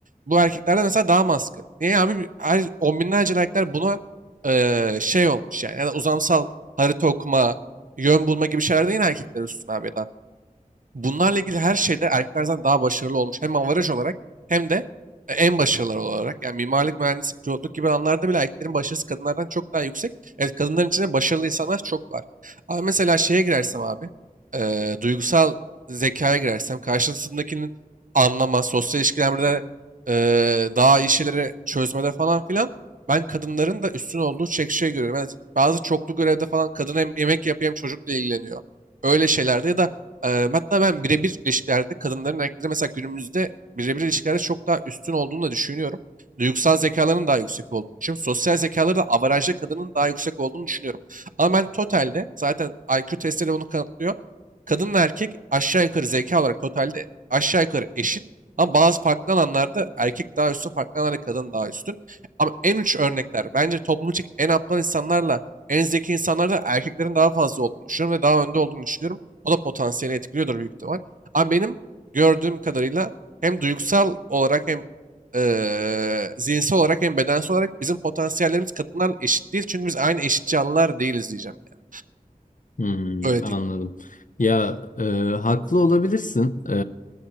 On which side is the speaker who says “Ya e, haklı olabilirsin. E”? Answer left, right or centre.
Left